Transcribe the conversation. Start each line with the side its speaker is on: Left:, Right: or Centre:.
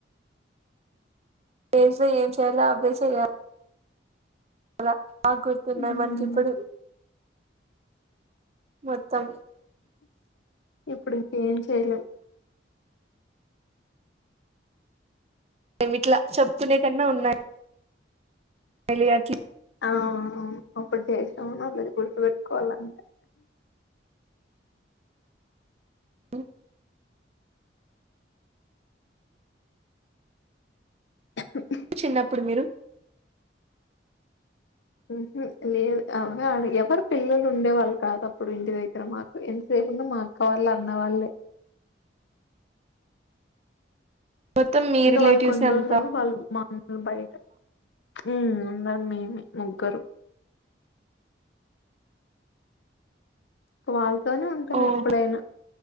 Right: ఏజ్లో ఏం చేయలో అవ్వే చెయ్య ల బా గుర్తున్నాయి
Left: ఉమ్,
Right: మనకి ఇప్పుడు మొత్తం
Left: ఇప్పుడిక ఏం చెయలేం
Right: మేమిట్లా చెప్కునే కన్నా ఉన్నాయి పెళ్లి కాక్ కి
Left: ఆ అవును ఒక చేసా ఉన్నారు లే గుర్తు పెెట్టుకోవాలంతే
Right: మ్
Left: <inaudible>
Right: చిన్నప్పుడు మీరు
Left: ఉహ లేదు అవ్వ ఎవరు పిల్లలు ఉండే వాళ్ళు కాదు అప్పుడు ఇంటి దగ్గర మాకు ఎంతసేపు ఉన్నా మా అక్క వాళ్ళు అన్న వాళ్ళే
Right: మొత్తం మీ
Left: ఇంకా
Right: రిలేటివ్స్
Left: వాళ్లు కొన్ని
Right: అంతా
Left: రోల్ తర్వాత వాళ్ళు మా బయట ఉ అందరం మేమి ముగ్గరు క్వాల్ తోనే ఉంటాం
Right: ఓహో
Left: ఎప్పుడైనా